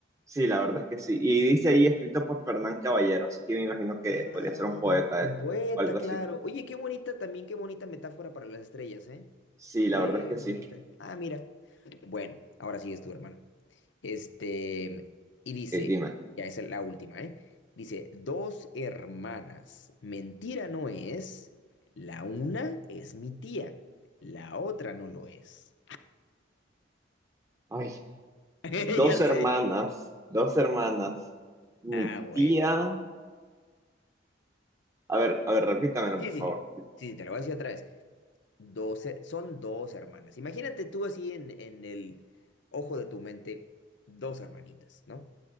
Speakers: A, on the right (about 15°); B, on the left (about 65°).
A: Sí, la verdad es que sí. Y dice ahí escrito por Fernán Caballero, así que me imagino que
B: Ah,
A: podría ser un poeta
B: Un
A: él,
B: poeta,
A: o algo
B: claro.
A: así.
B: Oye, qué bonita también, qué bonita metáfora para las estrellas, ¿eh?
A: Sí,
B: Qué
A: la verdad es que
B: bonita.
A: sí.
B: Ah, mira. Bueno, ahora sí es tu hermano. Este, y dice,
A: Ok, dime.
B: ya esa es la última, ¿eh? Dice, dos hermanas, mentira no es, la una es mi tía, la otra no lo es.
A: Ay,
B: <laughs>
A: dos
B: Ya
A: hermanas,
B: sé.
A: dos hermanas. Mi
B: Ah, bueno.
A: tía. A ver, a ver, repítamelo,
B: Sí,
A: por
B: sí,
A: favor.
B: sí, sí, sí, te lo voy a decir otra vez. 12, son dos hermanas. Imagínate tú así en, en el ojo de tu mente, dos hermanitas, ¿no?